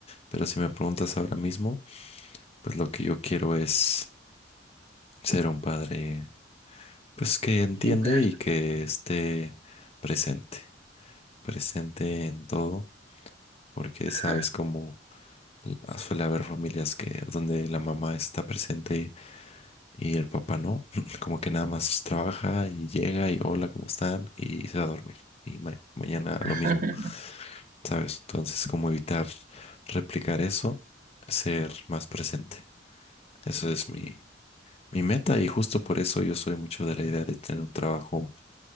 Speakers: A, on the left; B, on the right.
A: pero si me preguntas ahora mismo, pues lo que yo quiero es ser un padre pues que entiende
B: Ejemplar.
A: y que esté presente, presente en todo, porque sabes
B: Ajá.
A: cómo suele haber familias que donde la mamá está presente Y el papá no, <laughs> como que nada más trabaja y llega y hola, ¿cómo están? Y se va a dormir. Y ma- mañana
B: <laughs>
A: lo mismo, ¿sabes? Entonces, como evitar replicar eso, ser más presente. Eso es mi, mi meta y justo por eso yo soy mucho de la idea de tener un trabajo